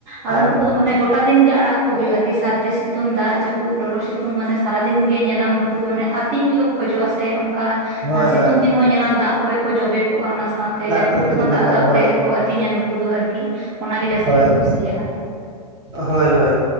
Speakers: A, on the right (about 40°); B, on the right (about 20°).
A: ᱟᱫᱚ
B: ᱟᱨ
A: ᱱᱩᱠᱩ ᱫᱚ ᱢᱟᱱᱮ ᱜᱚᱴ ᱜᱚᱴᱟ ᱫᱤᱱ ᱜᱮ ᱟᱲᱟᱜ ᱠᱚ ᱦᱩᱭᱩᱜ-ᱟ ᱟᱨ ᱠᱤ ᱥᱟᱹᱨᱫᱤ ᱥᱤᱛᱩᱝ ᱫᱟᱜ ᱡᱟᱹᱯᱩᱫ ᱞᱚᱞᱚ ᱥᱤᱛᱩᱝ ᱢᱟᱱᱮ ᱥᱟᱨᱟᱫᱤᱱ ᱜᱮ ᱧᱮᱞᱟᱢ ᱱᱩᱠ ᱩᱱᱠᱩ ᱫᱚ ᱢᱟᱱᱮ ᱟᱹᱛᱤᱝ ᱜᱮᱠᱚ ᱠᱷᱚᱡᱚᱜ-ᱟ, ᱥᱮ ᱚᱱᱠᱟ
B: ᱦᱳᱭ
A: ᱥᱤᱛᱩᱝ
B: ᱦᱳᱭ
A: ᱫᱤᱱ ᱦᱚᱸ ᱧᱮᱞᱟᱢ ᱫᱟᱜ ᱠᱚᱨᱮ ᱠᱚ ᱡᱚᱵᱮ ᱠᱚᱜ-ᱟ᱾ ᱚᱱᱟ ᱥᱟᱶᱛᱮ
B: ᱫᱟᱜ
A: ᱡᱟᱹᱯᱩᱫ
B: ᱠᱚᱨᱮ ᱠᱚ
A: ᱨᱮ ᱦᱚᱸ
B: ᱡᱚᱵᱮ
A: ᱫᱟᱜ
B: ᱠᱟᱜᱼᱟ
A: ᱫᱟᱜ
B: ᱦᱳᱭ
A: ᱛᱮ ᱜᱮᱠᱚ ᱛᱤᱧᱟ, ᱱᱩᱠᱩ ᱫᱚ ᱟᱨᱠᱤ ᱚᱱᱟ ᱜᱮ ᱡᱟᱹᱥᱛᱤ
B: ᱦᱳᱭ
A: ᱠᱚ ᱠᱩᱥᱤᱭᱟᱜ-ᱟ᱾
B: ᱦᱳᱭ ᱦᱳᱭ,